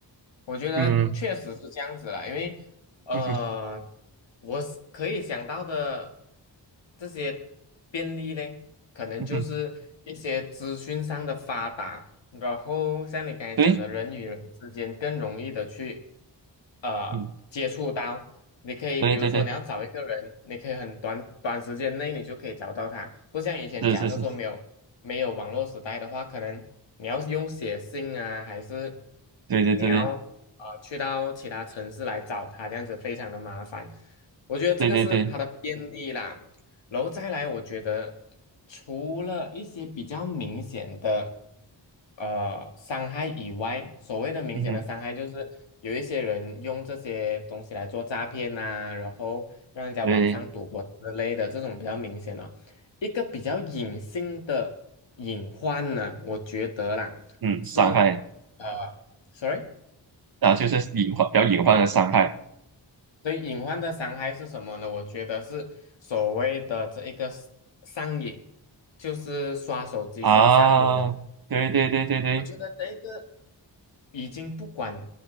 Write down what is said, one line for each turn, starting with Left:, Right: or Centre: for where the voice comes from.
Left: 我觉得确实是这样子啦，
Right: 嗯
Left: 因为呃，
Right: 嗯哼
Left: 我是可以想到的这些便利嘞，可能就是一些资讯上的发达，
Right: 嗯哼，
Left: 然后像你刚才讲的，
Right: 对，
Left: 人与人之间更容易的去呃接触到。
Right: 嗯，
Left: 你可以比如说你要找一个人，
Right: 对对对，
Left: 你可以很短短时间内你就可以找到他，不像以前假设说没有。
Right: 是是是，
Left: 没有网络时代的话，可能你要用写信啊，还是
Right: 对对对
Left: 你要呃去到其他城市来找他，这样子非常的麻烦。我觉得这个是它的便嗯利啦。
Right: 对对对对，
Left: 然后再来，我觉得除了一些比较明显的呃伤害以外，所谓的明显的伤害就是有一些人用这些东西来做诈骗呐、
Right: 嗯哼，
Left: 然后让人家网上赌博之类的这种比较明显的。
Right: 对，
Left: 一个比较隐性的隐患呢，我觉得啦，
Right: 嗯，
Left: 是呃
Right: 伤害
Left: ，sorry，
Right: 啊，就是隐患，比较隐患的伤害
Left: 对，隐患的伤害是什么呢？我觉得是所谓的这一个 s- 上瘾，就是刷手机刷上瘾的。
Right: 啊，对对对对对，
Left: 我觉得这一个已经不管